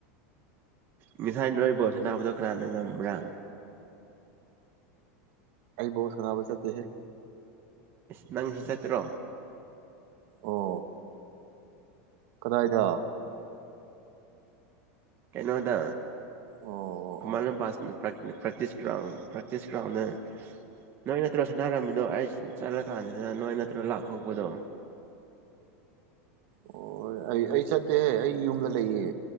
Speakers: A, on the right; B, on the right.
A: ꯉꯁꯥꯏ ꯅꯣꯏ ꯕꯣꯜ ꯁꯅꯥꯕꯗꯣ ꯀꯅꯥꯅ ꯉꯝꯕ꯭ꯔꯥ
B: ꯑꯩ ꯕꯣꯜ ꯁꯅꯥꯕ ꯆꯠꯇꯦꯍꯦ
A: ꯏꯁ ꯅꯪꯁꯨ ꯆꯠꯇ꯭ꯔꯣ
B: ꯑꯣ ꯀꯗꯥꯏꯗ
A: ꯀꯩꯅꯣꯗ
B: ꯑꯣ
A: ꯈꯨꯃꯟ
B: ꯑꯣ ꯑꯣ
A: ꯂꯝꯄꯥꯛꯇ ꯄ꯭ꯔ ꯄ꯭ꯔꯛꯇꯤꯁ ꯒ꯭ꯔꯥꯎꯟ ꯄ꯭ꯔꯇꯤꯁ ꯒ꯭ꯔꯥꯎꯟꯗ ꯅꯣꯏ ꯅꯠꯇ꯭ꯔꯣ ꯁꯥꯟꯅꯔꯝꯃꯤꯗꯣ ꯑꯩ ꯆꯠꯂ ꯀꯥꯟꯁꯤꯗ ꯅꯣꯏ ꯅꯠꯇ꯭ꯔꯣ ꯂꯥꯛꯍꯧꯕꯗꯣ
B: ꯑꯣ ꯑꯩ ꯑꯩ ꯆꯠꯇꯦꯍꯦ ꯑꯩ ꯌꯨꯝꯗ ꯂꯩꯌꯦ